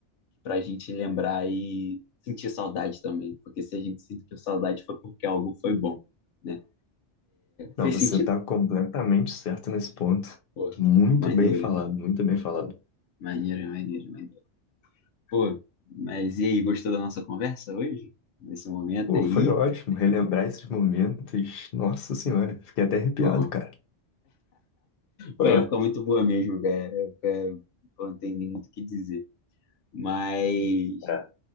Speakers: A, on the left (about 80°); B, on the left (about 55°).
A: para a gente lembrar e sentir saudade também, porque se a gente sentir saudade foi porque algo foi bom, né?
B: Não,
A: Fez
B: você
A: sentido?
B: tá completamente certo nesse ponto.
A: Pô,
B: Muito
A: maneiro,
B: bem falado, muito bem falado.
A: maneiro, maneiro, maneiro. Pô, mas e aí, gostou da nossa conversa hoje? Nesse momento
B: Pô,
A: aí?
B: foi ótimo relembrar esses momentos. Nossa Senhora, fiquei até arrepiado,
A: Pô,
B: cara. Pô,
A: foi uma época muito boa mesmo, cara. É, é, pô, não tem nem muito o que dizer. Mas
B: é.